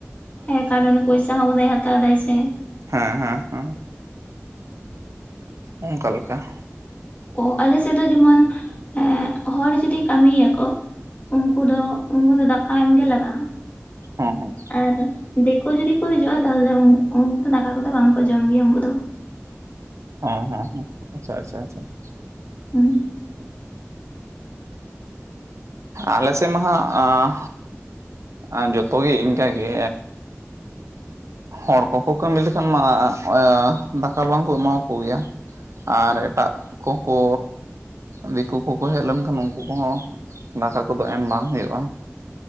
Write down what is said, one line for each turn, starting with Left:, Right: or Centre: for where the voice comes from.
Left: ᱦᱮᱸ ᱛᱟᱦᱞᱮ ᱢᱟᱱᱮ ᱯᱟᱭᱥᱟ ᱦᱚᱸ ᱢᱟᱱᱮ ᱦᱟᱛᱟᱣ ᱮᱫᱟᱭ ᱥᱤ
Right: ᱦᱮᱸ ᱦᱮᱸ ᱦᱮᱸ ᱾ ᱚᱱᱠᱟ ᱞᱮᱠᱟ ᱾
Left: ᱚ ᱟᱞᱮ ᱥᱮᱫ ᱫᱚ ᱡᱮᱢᱚᱱ ᱮᱻ ᱦᱚᱲ ᱡᱩᱫᱤ ᱠᱟᱹᱢᱤ ᱭᱟᱠᱚ ᱩᱱᱠᱩ ᱫᱚ ᱩᱱᱤ ᱫᱚ ᱫᱟᱠᱟ ᱮᱢ ᱜᱮ ᱞᱟᱜᱟᱜᱼᱟ ᱾
Right: <unintelligible>
Left: ᱟᱨ ᱫᱤᱠᱩ ᱡᱩᱫᱤ ᱠᱚ ᱦᱤᱡᱩᱜᱼᱟ ᱛᱟᱦᱚᱞᱮ ᱩᱱᱠᱩ ᱫᱚ ᱫᱟᱠᱟ ᱠᱚ ᱫᱚ ᱵᱟᱝ ᱠᱚ ᱡᱚᱢ ᱜᱮᱭᱟ ᱩᱱᱠᱩ ᱫᱚ ᱾
Right: ᱦᱮᱸ ᱦᱮᱸ ᱦᱮᱸ ᱟᱪᱪᱷᱟ ᱟᱪᱪᱷᱟ ᱟᱪᱪᱷᱟ ᱾
Left: <inaudible>
Right: ᱟᱞᱮ ᱥᱮᱫ ᱢᱟ ᱦᱟᱸᱜ ᱟᱸ ᱟᱨ ᱡᱚᱛᱚ ᱜᱮ ᱤᱱᱠᱟᱹ ᱜᱮ ᱦᱚᱲ ᱠᱚ ᱠᱚ ᱠᱟᱹᱢᱤ ᱞᱮᱠᱷᱟᱱ ᱢᱟ ᱟᱸ ᱫᱟᱠᱟ ᱵᱟᱝ ᱠᱚ ᱮᱢᱟ ᱠᱚ ᱜᱮᱭᱟ ᱾ ᱟᱨ ᱮᱴᱟᱜ ᱠᱚ ᱠᱚ ᱫᱤᱠᱩ ᱠᱚ ᱠᱚ ᱦᱮᱡ ᱞᱮᱱ ᱠᱷᱟᱱ ᱩᱱᱠᱩ ᱠᱚ ᱦᱚᱸ ᱫᱟᱠᱟ ᱠᱚ ᱫᱚ ᱮᱢ ᱵᱟᱝ ᱦᱩᱭᱩᱜᱼᱟ ᱾